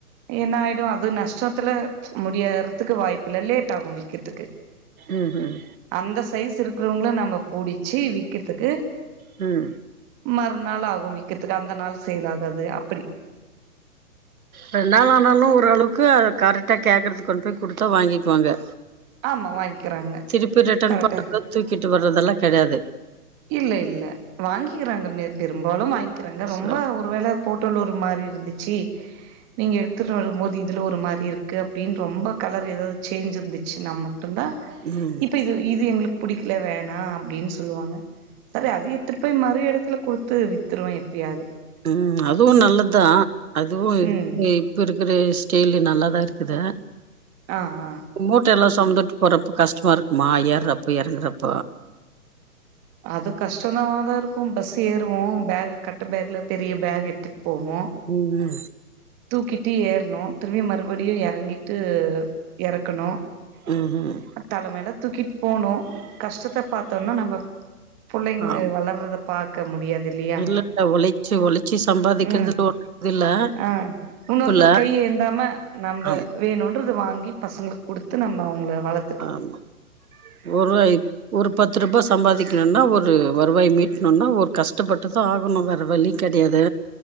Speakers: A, on the right; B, on the right.
A: என்னாயிடு அது நஷ்டத்துல முடியறதுக்கு வாய்ப்பில்ல லேட் ஆகு வி கதுக்கு
B: ம் ம்
A: அந்த சைஸ் இருக்றவங்கள நம்ம புடிச்சி விக்கிறதுக்கு
B: ம்
A: மறுநாள் ஆகு வீக்கறதுக்கு அந்த நாள் சேல் ஆகாது அப்படி
B: ரெண் நாள் ஆனாலு ஓரளவுக்கு அத கரெட்டா கேக்கறதுக் கொண்டு போய் குடுத்தா வாங்கிக்குவாங்க
A: ஆமா வாங்கிக்கிறாங்க
B: திருப்பி ரிட்டன்
A: கரெக்டா
B: பண்றதோ தூக்கிட்டு வர்றதெல்லா கெடையாது
A: இல்ல இல்ல வாங்கிக்கிறாங்கமே பெரும்பாலு வாங் கிறாங்க ரொம்ப
B: சார்
A: ஒரு வேல போட்டோல ஒரு மாரி இருந்துச்சி நீங்க எடுத்துட்டு வரும் போது இதுல ஒரு மாரி இருக்கு அப்டின் ரொம்ப கலர் ஏதாவது சேஞ்ச் இருந்துச்சினா மட்டுந்தா
B: ம்
A: இப்ப இது இது எங்களுக் புடிக்கல வேணா அப்டின் சொல்லுவாங்க சரி அதயு எடுத்துட்டு போய் மறு எடத்துல குடுத்து வித்துருவே எப்டியாது
B: உம் அதுவு நல்லதுதா அதுவு
A: ம்
B: ஏ இப்ப இருக்குற ஸ்டைலு நல்லாதா இருக்குது
A: ஆ ஆ
B: மூட்ட எல்லா சொமந்துட்டு போறப்ப கஷ்டமா இருக்குமா ஏறுறப்ப எறங்குறப்ப
A: அது கஷ்டந்தவாதா இருக்கு பஸ்ஸு ஏறுவோ பேகு கட்ட பேக்ல பெரிய பேகு எடுத்துட் போவோ
B: உன்ன
A: தூக்கிட்டு ஏறணு திரும்பி மறுபடியு எறங்கிட்டு எறக்கணு
B: உம் உம்
A: தலமேல தூக்கிட் போகனு கஷ்டத்த பாத்தோன்னா நம்ம புள்ளைங்ள
B: ஆமா
A: வளர்ரத பாக்க முடியாதில்லையா
B: இல்ல ஒழைச்சு ஒழைச்சு சம்பாதிக்கிறதுல
A: உம்
B: ஒன்னு இது இல்ல
A: ஆ
B: தப்புல்ல
A: இன்னொருத்தர் கை ஏந்தாம நம்ப
B: ஆமா
A: வேணுன்றது வாங்கி பசங்களுக் குடுத்து நம்ம அவுங்கள வளத்
B: ஆமா ஒரு ஐ ஒரு பத்து ரூபா சம்பாதிக்கணுன்னா ஒரு வருவாய் மீட்ணுன்னா ஒர் கஷ்டப்பட்டுதா ஆகணு வேற வழி கெடையாது